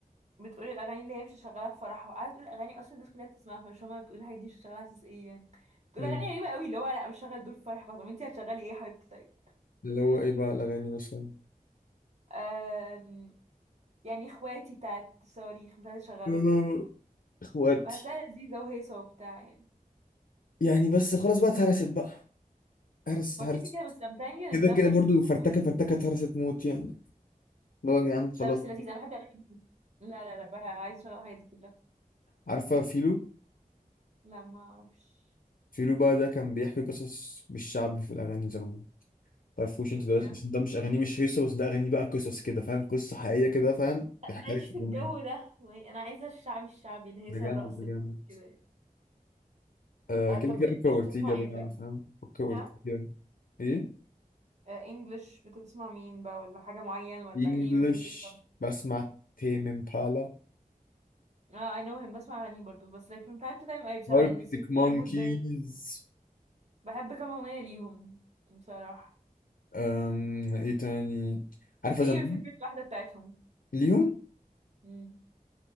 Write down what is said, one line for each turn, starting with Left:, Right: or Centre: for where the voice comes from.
Right: بتقول الاغاني اللي هي مش شغاله في فرحها وقاعده تقول اغاني اصلا الناس كلها بتسمعها فمش هما بتقول الحاجات دي مش شغاله على اساس ايه يعني بتقول
Left: مم.
Right: اغاني غريبه قوي اللي هو لا مش شغال دول في فرحي خلاص طب انت هتشغلي ايه يا حبيبتي طيب
Left: اللي هو ايه بقى الاغاني مثلا
Right: آم، يعني اخواتي بتاعت الصواريخ مش عايزه اشغلها
Left: <laughs> آه، اخواتي
Right: بحسها لذيذة وهيصة وبتاع يعني
Left: يعني بس خلاص بقى اتهرست بقى هرست
Right: ما
Left: هرست
Right: كده كده بس I'm telling you
Left: كده
Right: an example
Left: كده
Right: عشان
Left: برضو
Right: بس تفهم.
Left: فرتكه فرتكه اتهرست موت يعني اللي هو يا جدعان خلاص
Right: لا بس لذيذة أنا بحب الأغاني دي لا لا لا بقى عايزة أشغل الحاجات دي كلها
Left: عارفه فيلو
Right: لا ما أعرفش
Left: فيلو بقى ده كان بيحكي قصص بالشعب في الأغاني زمان تعرفوش انت
Right: ما-
Left: ده ده مش اغانيه مش هيصه بس ده اغانيه بقى قصص كده فاهم قصه حقيقيه كده فاهم
Right: لا
Left: دي حكايه
Right: ماليش في
Left: الدنيا
Right: الجو ده مالي- أنا عايزة الشعبي الشعبي الهيصة
Left: ده جامد
Right: الرقص
Left: ده
Right: ال-
Left: جامد
Right: كده يعني
Left: آه
Right: آه
Left: كده
Right: طب
Left: كده
Right: إنجلش
Left: اوكا اورتيجا
Right: بتسمع
Left: بقى
Right: إيه طيب؟
Left: فاهم اوكا اورتيجا
Right: ها؟
Left: ايه
Right: إنجلش بتسمع مين بقى ولا حاجة معين ولا
Left: انجلش
Right: إيه your favorite song؟
Left: بسمع تيم امبالا
Right: اه I know him بسمع أغاني برضو بس like from time to time أي بصراحة
Left: اركتيك
Right: إن
Left: مونكيز
Right: my mood دايما بحب كام أغنية ليهم بصراحة
Left: أم... ايه تاني عارفه
Right: إيه
Left: زمان
Right: your favorite واحدة بتاعتهم؟
Left: ليهم
Right: مم.